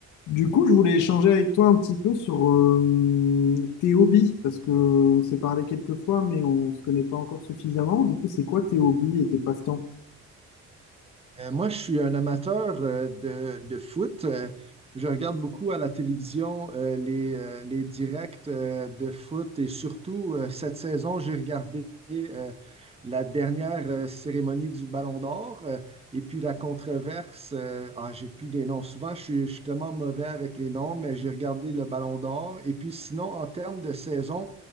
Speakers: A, on the left; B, on the right.
A: Du coup, je voulais échanger avec toi un petit peu sur euh, tes hobbies, parce que on s'est parlé quelques fois, mais on se connaît pas encore suffisamment. Du coup, c'est quoi tes hobbies et tes passe-temps?
B: Euh, moi, je suis un amateur euh, de, de foot. Euh, je regarde beaucoup à la télévision euh, les, euh, les directs euh, de foot et surtout euh, cette saison, j'ai regardé euh, la dernière euh, cérémonie du Ballon d'Or euh, et puis la controverse. euh, ah, j'ai plus des noms. Souvent, je suis, je suis tellement mauvais avec les noms, mais j'ai regardé le Ballon d'Or. Et puis sinon, en termes de saison,